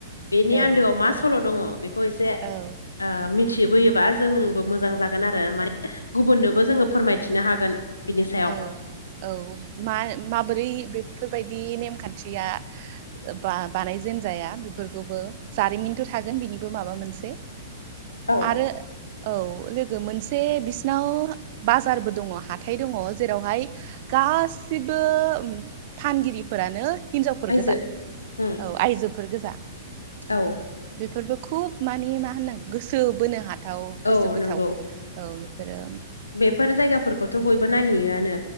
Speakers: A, on the left (about 80°); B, on the right (about 45°).
A: बेनि
B: औ
A: आन्दोआव मा सल' दङ बेखौ एसे
B: औ
A: ओ मिथिबोयोबा जोंबो मोजां जागोन आरो माने गुबुननोबो जोङो फोरमायथिनो हागोन। बिनि सायाव
B: औ औ मा माबोरै बेफोरबायदि नेमखान्थिया बा बानायजेन जाया बेफोरखौबो जारिमिनथ' थागोन बिनिबो माबा मोनसे <inaudible>
A: औ
B: आरो औ लोगो मोनसे बिसिनाव बाजारबो दङ हाथाय दङ। जेरावहाय गासिबो फानगिरिफोरानो हिनजावफोर
A: आयजो
B: गोजा
A: उम
B: औ आयजोफोर गोजा।
A: औ।
B: बेफोरबो खुब माने मा होनांगौ गोसो बोनो हाथाव गोसो
A: औ
B: बोथाव
A: नंगौ
B: औ बेफोरो
A: बेफोर जायगाफोरखौथ' बयबो नायहैयोआनो